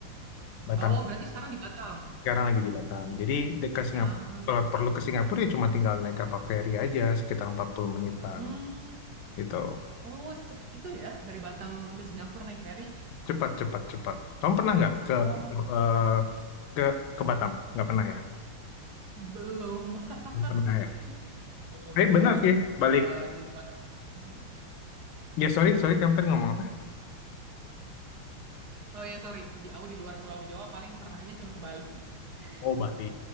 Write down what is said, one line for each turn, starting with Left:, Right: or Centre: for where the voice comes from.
Left: Batam
Right: Oh, berarti sekarang di Batam.
Left: sekarang lagi di Batam. Jadi de- ke Singapura,
Right: Ah,
Left: kalau perlu ke Singapura ya cuma tinggal naik kapal feri aja sekitar empat puluh menitan
Right: hmm.
Left: gitu.
Right: Oh, secepat itu ya dari Batam ke Singapura naik ferry?
Left: Cepat, cepat, cepat. Kamu pernah nggak ke
Right: Oh,
Left: eh, ke ke Batam? Nggak pernah ya?
Right: belum.
Left: Nggak
Right: <laughs>
Left: pernah ya.
Right: Belum
Left: Eh
Right: nih
Left: benar
Right: aku
Left: sih, balik.
Right: eh, di luar. Mhm.
Left: Ya sorry, sorry kamu tadi ngomong apa?
Right: Oh ya sorry. Di aku di luar Pulau Jawa paling pernahnya cuma ke Bali. <laughs>
Left: Oh Bali,